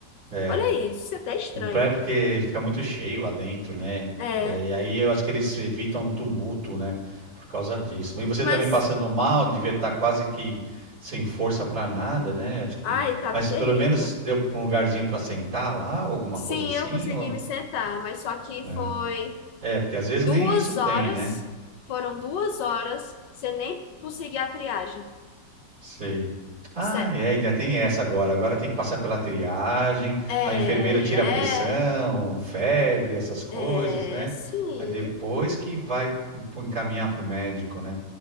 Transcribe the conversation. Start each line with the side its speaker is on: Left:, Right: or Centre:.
Right: é.
Left: Olha isso, isso é até estranho.
Right: Não é porque fica muito cheio lá dentro, né?
Left: É,
Right: É, E aí eu acho que eles evitam tumulto, né? Por causa disso. Mas você
Left: mas,
Right: também passando mal, devia estar quase que sem força para nada, né? Acho que.
Left: ai, tava
Right: Mas
Left: terrível.
Right: pelo menos deu pra um lugarzinho para sentar lá, ou alguma
Left: Sim,
Right: coisa assim.
Left: eu consegui
Right: Ou...
Left: me sentar, mas só que
Right: É.
Left: foi
Right: É, porque às vezes
Left: duas
Right: nem isso tem,
Left: horas,
Right: né?
Left: foram duas horas sem nem conseguir a triagem.
Right: Sei. Ah,
Left: Sé-
Right: é, ainda tem essa agora. Agora tem que passar pela triagem,
Left: É,
Right: a enfermeira tira a pressão, febre, essas coisas,
Left: é,
Right: né?
Left: sim.
Right: Aí depois que vai p- encaminhar para o médico, né?